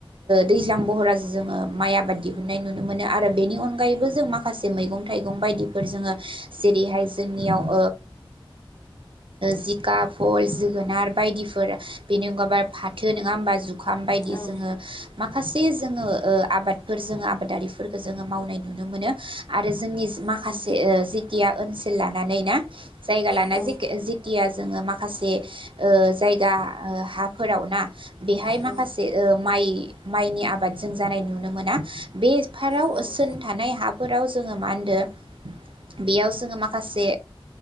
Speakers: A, on the right; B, on the left.
A: दैज्लां बहराव जों जोङो माइ आबाद दिहुननाय नुनो मोनो आरो बेनि अनखायैबो जों माखासे मैगं थाइगं बायदिफोर जोङो जेरैहाय जोंनियाव जिंखा बहल जोगोनार बायदिफोर बेनि अनगाबो आरो फाथो नङा होमबा जुखाम बायदि
B: औ
A: जोङो माखासे जोङो ओ आबाद फोर जोङो आबादारिफोरखौ जोङो मावनाय नुनो मोनो आरो जोंनि माखासे
B: उम
A: ओ जेखिया ओनसोल लानानै ना जायगा लाना
B: औ
A: जिखि जिखिया जोङो माखासे ओ जायगा ओ हाफोराव ना बेहाय
B: औ
A: माखासे ओ माइ माइनि आबाद जों जानाय नुनो मोना बेफोराराव
B: औ
A: सोर थानाय हाफोराव जोङो मा होनो बेयाव जोङो माखासे